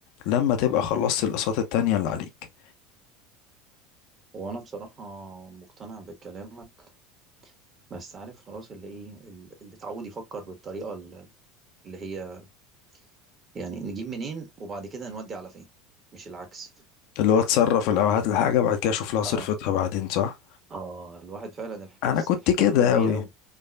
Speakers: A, on the left (about 60°); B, on the right (about 35°).
A: لما تبقى خلصت الاقساط التانية اللي عليك
B: هو أنا بصراحة مقتنع بكلامك، بس عارف خلاص اللي إيه، ال اللي اتعوّد يفكّر بالطريقة ال اللي هي يعني نجيب منين وبعد كده نودّي على فين، مش العكس.
A: اللي هو تصرف الاول هات الحاجة بعد كده شوف لها صرفتها
B: آه،
A: بعدين صح
B: آه، الواحد فعلًا الحكاية
A: انا كنت
B: الحكاية
A: كده
B: دي سلبية
A: اوي
B: أوي،